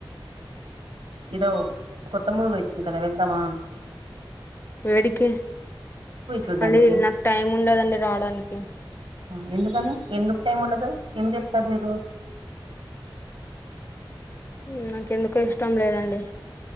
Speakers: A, on the right; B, on the left.
A: ఏదో కొత్తమూవి వచ్చంది కదా వెళ్దమా
B: ఏడికే
A: చూడ్డానికి
B: అండి నాకు టైం ఉండదండి రాడానికి
A: ఆ ఎందుకని ఎందుకు టైం ఉండదు ఏం చేస్తారు మీరు
B: హ్మ్ నాకెందుకో ఇష్టం లేదండి